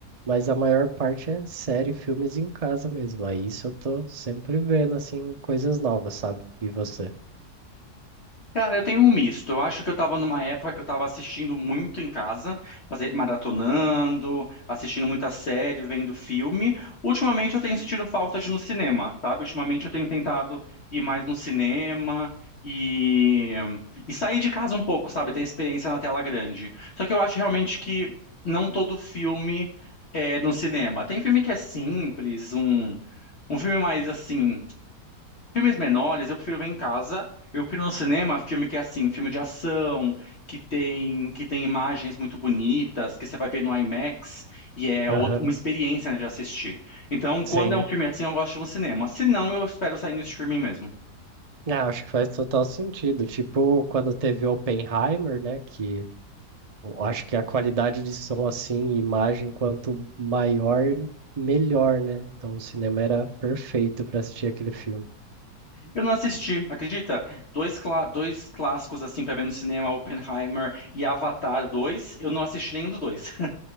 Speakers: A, on the right; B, on the left.
A: Mas a maior parte é série, filmes em casa mesmo. Aí isso eu tô sempre vendo, assim, coisas novas, sabe? E você?
B: Cara, eu tenho um misto. Eu acho que eu tava numa época que eu tava assistindo muito em casa, fazer, maratonando, assistindo muita série, vendo filme. Ultimamente eu tenho sentido falta de ir no cinema, sabe? Ultimamente eu tenho tentado ir mais no cinema e, e sair de casa um pouco, sabe? Ter experiência na tela grande. Só que eu acho realmente que não todo filme é no cinema. Tem filme que é simples, um, um filme mais assim. Filmes menores eu prefiro ver em casa. Eu prefiro no cinema filme que é assim, filme de ação, que tem que tem imagens muito bonitas, que você vai ver no IMAX e é out-
A: Aham.
B: uma experiência, né, de assistir. Então, quando
A: Sim.
B: é um filme assim, eu gosto de ir no cinema. Se não, eu espero sair no streaming mesmo.
A: É, acho que faz total sentido. Tipo, quando teve Oppenheimer, né? Que eu acho que a qualidade de som, assim, e imagem, quanto maior, melhor, né? Então o cinema era perfeito para assistir aquele filme.
B: Eu não assisti, acredita? Dois, clá- dois clássicos assim para ver no cinema, Oppenheimer e Avatar dois. eu não assisti nenhum dos dois.